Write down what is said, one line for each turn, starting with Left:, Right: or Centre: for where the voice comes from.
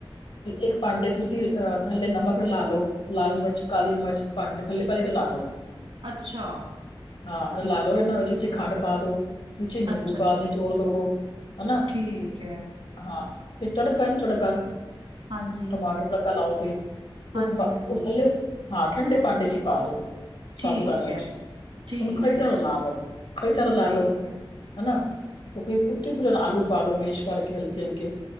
Left: ਇੱਕ ਭਾਂਡੇ ਤੁਸੀਂ ਥੱਲੇ ਨਮਕ ਰਲਾ ਲਓ, ਲਾਲ ਮਿਰਚ, ਕਾਲੀ ਮਿਰਚ ਭਾਂਡੇ ਥਲੇ ਪਹਲੇ ਰਲਾ ਲੋ
Right: ਅੱਛਾ
Left: ਹਾਂ ਰਲਾ ਲੋ ਇਨ੍ਹਾਂ ਵਿੱਚੀ ਖੰਡ ਪਾ ਦੋ ਵਿਚੀ ਨਿੰਬੂ
Right: ਅੱਛਾ-ਅੱਛਾ
Left: ਪਾ ਕੇ ਨਿਚੋੜ ਦੇਵੋ। ਹੈ ਨਾ
Right: ਠੀਕ ਐ।
Left: ਹਾਂ ਇਹ ਤੜਕਾ ਨਾ ਤੜਕਾ
Right: ਹਾਂਜੀ।
Left: ਟਮਾਟਰ ਨੂੰ ਤੜਕਾ ਲਾਓਗੇ
Right: ਹਾਂਜੀ-ਹਾਂਜੀ
Left: ਉਪਰ ਉਹ ਥੱਲੇ, ਹਾਂ ਠੰਡੇ ਭਾਂਡੇ ਚ ਈ ਪਾ ਦੋ
Right: ਠੀਕ
Left: ਸਾਬੂਦਾਣੇ
Right: ਐ,
Left: 'ਚ
Right: ਠੀਕ
Left: ਇਹਨੂੰ ਖਰੀ
Right: ਐ,
Left: ਤਰਾਂ ਰਲਾ ਲੋ ਖਰੀ ਤਰਾਂ ਰਲਾ
Right: ਠੀਕ
Left: ਲੋ
Right: ਐ,
Left: ਹਨਾ ਤੇ ਫਿਰ ਉੱਥੇ ਈ ਫਿਰ ਆਲੂ ਪਾ ਲੋ ਮੇਸ਼ ਕਰਕੇ ਹਲਕੇ ਹਲਕੇ